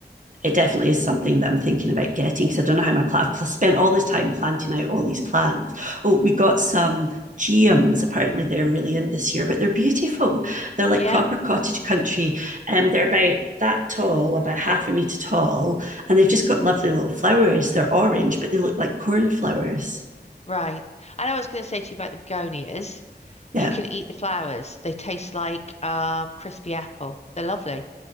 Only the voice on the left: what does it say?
yeah,
right. And I was going to say to you about the begonias.
You can eat the flowers. They taste like um crispy apple. They're lovely.